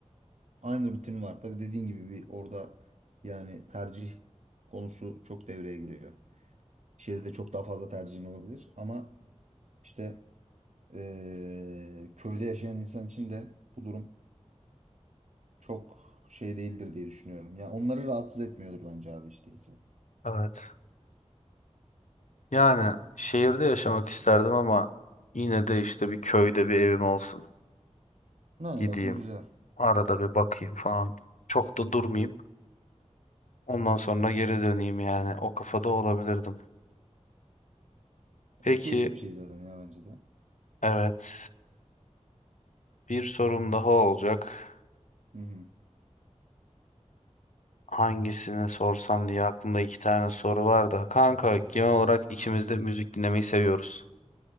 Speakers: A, on the right (about 70°); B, on the left (about 85°).
A: aynı rutin var. Tabii dediğin gibi bir orada yani tercih konusu çok devreye giriyor. Şehirde çok daha fazla tercihin olabilir ama işte eee, köyde yaşayan insan için de bu durum çok şey değildir diye düşünüyorum. Yani onları rahatsız etmiyordur bence abi işte değilse.
B: Evet. Yani şehirde yaşamak isterdim ama yine de işte bir köyde bir evim olsun.
A: Ha,
B: Gideyim.
A: bak bu güzel.
B: Arada bir bakayım falan. Çok da durmayayım. Ondan sonra geri döneyim yani. O kafada olabilirdim. Peki
A: O keyifli bir şey zaten ya bence de.
B: evet. Bir sorum daha olacak.
A: Hı hı.
B: Hangisini sorsam diye aklımda iki tane soru var da. Kanka genel olarak ikimiz de müzik dinlemeyi seviyoruz.